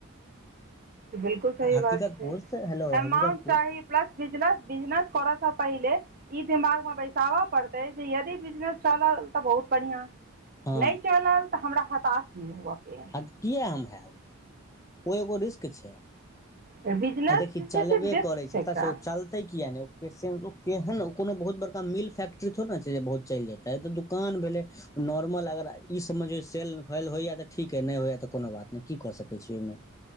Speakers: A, on the right; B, on the left.
A: बिल्कुल सही
B: हकीकत
A: बात छै
B: पोस्ट हेलो
A: अमाउंट
B: हकीकत पोस्ट
A: चाही प्लस बिजनस बिजनस कर सँ पहिले ई दिमागमे बैसाबऽ पड़तै जे यदि बिजनस चलल तऽ बहुत बढ़िआँ
B: हँ
A: नै चलल तऽ हमरा हताश नै हुअके अए।
B: आ तऽ किए हम हैब। ओ एगो रिस्क छै
A: अइ बिजनेस
B: आ देखी
A: जे छै
B: चलबे
A: से रिस्क
B: करै छै
A: एकटा
B: पता छै चलतै किया नै पेशें केहन कोनो बहुत बड़का मिल फैक्ट्री थोड़ ने छै जे बहुत चलि जेते इई त दुकान भेलेय। नॉर्मल अगर ई समझियौ जे सेल वेल होइया तऽ ठीक य नय होइया तऽ कोनो बात नय की कऽ सकैत छी। हम्म